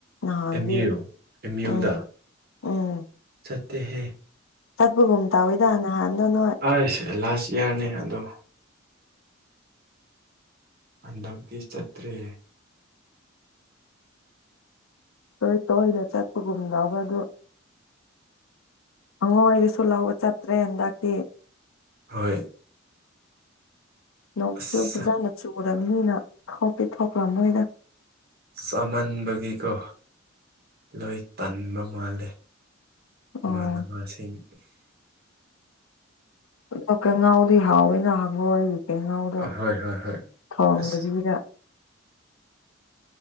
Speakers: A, on the left (about 75°); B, on the right (about 45°).
A: ꯅꯍꯥꯟꯗꯤ
B: ꯑꯦꯝ ꯌꯨ ꯑꯦꯝ ꯌꯨꯗ
A: ꯎꯝ ꯎꯝ
B: ꯆꯠꯇꯦꯍꯦ
A: ꯆꯠꯄꯒꯨꯝ ꯇꯧꯋꯤꯗ ꯅꯍꯥꯟꯗꯣ ꯅꯣꯏ
B: ꯑꯩꯁ ꯂꯥꯁ ꯏꯌꯥꯔꯅꯦ ꯑꯗꯣ ꯍꯟꯗꯛꯇꯤ ꯆꯠꯇ꯭ꯔꯤ
A: ꯇꯣꯏ ꯇꯣꯏꯅ ꯆꯠꯄꯒꯨꯝ ꯂꯥꯎꯕ ꯑꯗꯨ ꯑꯉꯣꯏꯗꯨꯁꯨ ꯂꯧꯕ ꯆꯠꯇ꯭ꯔꯦ ꯍꯟꯗꯛꯇꯤ
B: ꯍꯣꯏ
A: ꯅꯣꯡꯁꯨꯨ
B: ꯑꯁ
A: ꯐꯖꯅ ꯆꯨꯔꯕꯅꯤꯅ ꯊꯣꯛꯇꯤ ꯊꯣꯛꯂꯝꯃꯣꯏꯗ
B: ꯆꯥꯃꯟꯕꯒꯤꯀꯣ ꯂꯣꯏ ꯇꯟꯕ ꯃꯥꯜꯂꯦ
A: ꯑꯣ
B: ꯏꯃꯥꯟꯅꯕꯁꯤꯡ
A: ꯐꯨꯠꯑꯒ ꯉꯧꯔꯗꯤ ꯍꯥꯎꯋꯤꯅ ꯍꯪꯉꯣꯢꯒꯤ ꯀꯩꯅꯣꯗꯣ
B: ꯍꯣꯏ ꯍꯣꯏ ꯍꯣꯏ
A: ꯊꯣꯡꯗꯗꯤ
B: ꯑꯁ
A: ꯄꯤꯖ